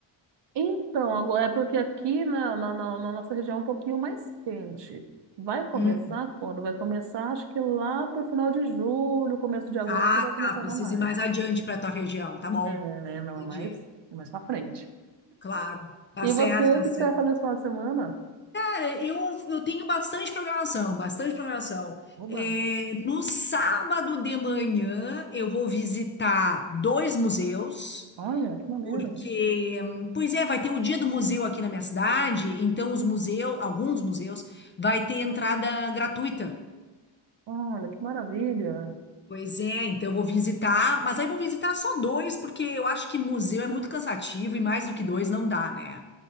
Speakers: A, on the right (about 60°); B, on the left (about 25°).
A: Então, agora é porque aqui na, na, na- na nossa região é um pouquinho mais quente. Vai começar
B: Hum.
A: quando? Vai começar, acho que lá pro final de julho, começo de agosto,
B: Ah,
A: que vai começar
B: tá. Precisa
A: a dar mais.
B: ir mais adiante para tua região. Tá bom.
A: É, né? Não
B: Entendi.
A: é mais, é mais pra frente.
B: Claro. Tá
A: E
B: certo,
A: você, o
B: tá
A: que
B: certo.
A: que você vai fazer esse final de semana?
B: Cara, Eu, eu tenho bastante programação, bastante programação.
A: Oba!
B: É, no sábado de manhã, eu vou visitar dois museus.
A: Olha, que maneiro!
B: Porque, pois é, vai ter o dia do museu aqui na minha cidade, então os museus, alguns museus, vai ter entrada gratuita.
A: Olha, que maravilha!
B: Pois é, então eu vou visitar, mas aí vou visitar só dois, porque eu acho que museu é muito cansativo e mais do que dois não dá, né?